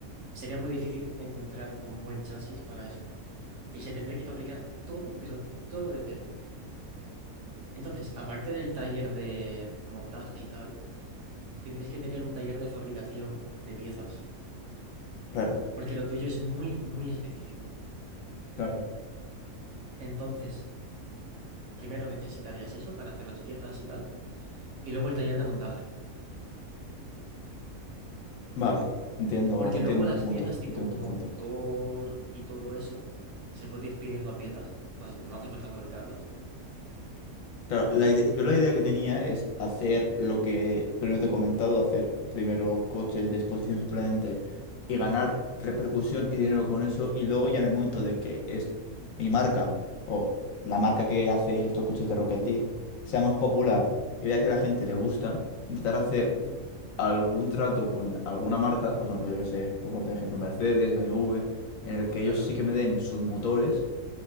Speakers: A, on the right (about 60°); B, on the left (about 70°).
A: Sería muy difícil encontrar un buen chasis para eso. Y se tendría que fabricar todo, pero todo de cero. Entonces, aparte del taller de montaje y tal, tendrías que tener un taller de fabricación de piezas,
B: Claro.
A: porque lo tuyo es muy, muy específico.
B: Claro.
A: Entonces, primero necesitarías eso para hacer las piezas y tal, y luego el taller de montaje,
B: Vale. Entiendo,
A: porque
B: entiendo
A: luego las
B: tu punto.
A: piezas tipo
B: Entiendo
A: motor
B: tu punto.
A: y todo eso se puede ir pidiendo a piezas, entonces no hace falta fabricarlas.
B: Claro, la ide- yo la idea que tenía es hacer lo que primero te he comentado, hacer primero coches de exposición simplemente y ganar repercusión y dinero con eso y luego ya en el momento de que es mi marca o la marca que hace estos coches de Rocket League sea más popular y vea que a la gente le gusta, intentar hacer
A: Mm,
B: algún trato con alguna marca, por ejemplo, yo que sé, por poner un ejemplo, Mercedes, BMW, en el que
A: claro.
B: ellos sí que me den sus motores,